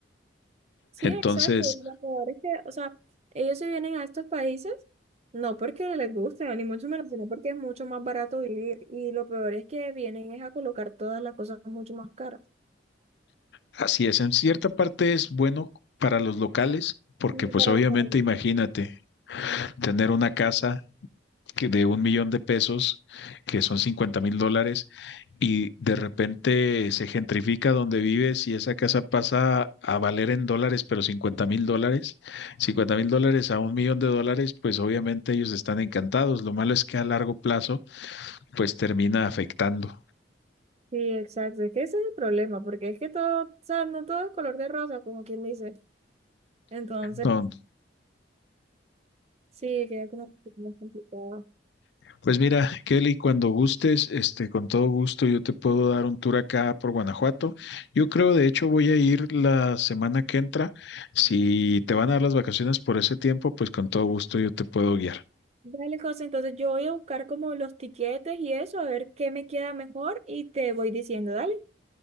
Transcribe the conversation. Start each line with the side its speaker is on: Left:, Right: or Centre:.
Right: Sí,
Left: Entonces,
Right: exacto. y Lo peor es que, o sea, ellos se vienen a estos países no porque les guste, ni mucho menos, sino porque es mucho más barato vivir. Y lo peor es que vienen es a colocar todas las cosas mucho más caras.
Left: así es, en cierta parte es bueno para los locales, porque
Right: Y
Left: pues
Right: para
Left: obviamente
Right: la economía.
Left: imagínate tener una casa que de un millón de pesos, que son cincuenta mil dólares y de repente se gentrifica donde vives y esa casa pasa a valer en dólares, pero 50 mil dólares, 50 mil dólares a un millón de dólares, pues obviamente ellos están encantados. Lo malo es que a largo plazo, pues termina afectando.
Right: Sí, exacto. Es que ese es el problema, porque es que todo, o sea, no todo es color de rosa, como quien dice. Entonces,
Left: No,
Right: sí, queda como un poquito más complicado.
Left: pues mira, Kelly, cuando gustes, este, con todo gusto yo te puedo dar un tour acá por Guanajuato. Yo creo, de hecho, voy a ir la semana que entra. Si te van a dar las vacaciones por ese tiempo, pues con todo gusto yo te puedo guiar.
Right: Dale, José, entonces yo voy a buscar como los tiquetes y eso, a ver qué me queda mejor y te voy diciendo, dale.